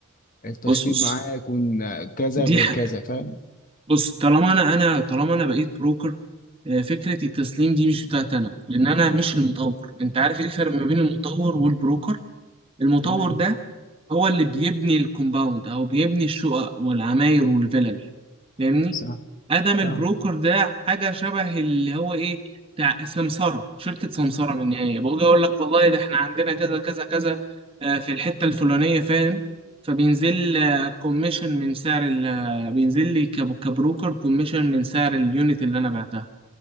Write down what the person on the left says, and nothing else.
التشطيب
معايا هيكون كذا
غير
كذا فاهم
تمام
صح
فاهم